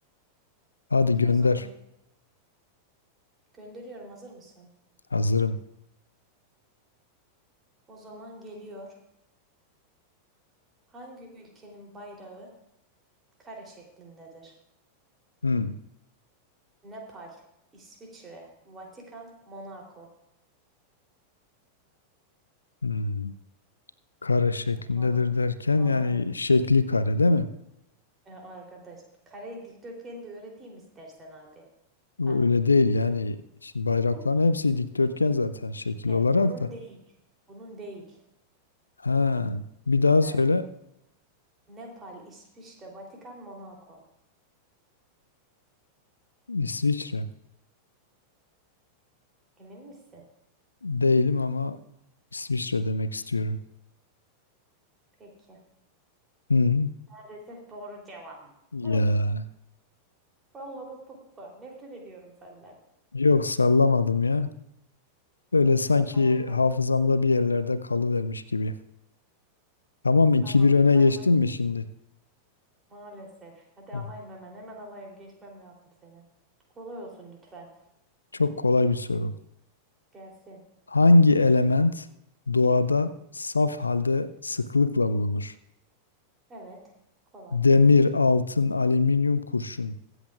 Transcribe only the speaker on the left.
Hadi
gönder.
Hazırım.
Hmm.
Hmm. Kare şeklindedir
derken
yani şekli kare değil mi?
Bu
Öyle değil yani. Şimdi bayrakların
hepsi dikdörtgen zaten şekil
olarak
da.
Ha, bir daha
söyle.
İsviçre.
Değilim ama İsviçre demek istiyorum.
Hı.
Ya
yok sallamadım ya. Böyle sanki
hafızamda bir yerlerde
kalıvermiş gibi. Tamam mı?
iki bir öne
geçtim
mi şimdi?
Hı.
Çok kolay bir soru.
Hangi element doğada saf halde sıklıkla bulunur?
Demir, altın, alüminyum, kurşun.